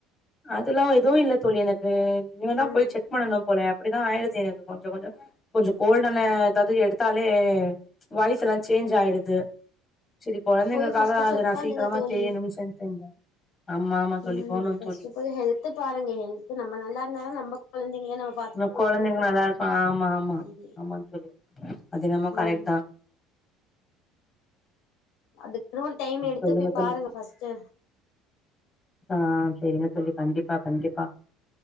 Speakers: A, on the left; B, on the left.
A: இதெல்லா எதுவு இல்ல தோழி எனக்கு இனிமேதா
B: ம்
A: போய் செக் பண்ணணும் போல அப்டிதா ஆயிருது எனக்கு கொஞ்ச கொஞ்சோ கொஞ்ச கோல்டான எதாது எடுத்தாலே வாய்ஸ் எல்லா சேஞ்ச்
B: ம்
A: ஆயிடுது செரி கொழந்தைங்களுக்காக
B: போய் ஃபர்ஸ்ட்
A: அத
B: செக்
A: நா
B: பண்ணுங்க
A: சீக்கிரமா
B: தோழி
A: செய்யணும் செஞ் செஞ்சே ஆமா ஆமா தோழி
B: ம்
A: போணும்
B: ஃபஸ்ட்டு
A: தோழி
B: ஃபால் ஹெல்த்த பாருங்க ஹெல்த்து நம்ம நல்லா இருந்தா தா நம்ப கொழந்தைங்க நம்
A: நம்ம கொழந்தைங்க நல்லா இருக்கு ஆமா ஆமா
B: ம்
A: ஆமாங் தோழி அது என்னமோ கரெட்
B: ம்
A: தா
B: அதுக்குன்னு ஒரு டைம் எடுத்து
A: சொல்லுங்க
B: போய்
A: தோழி
B: பாருங்க ஃபஸ்ட்டு
A: ஆ சேரிங்க தோழி கண்டிப்பா கண்டிப்பா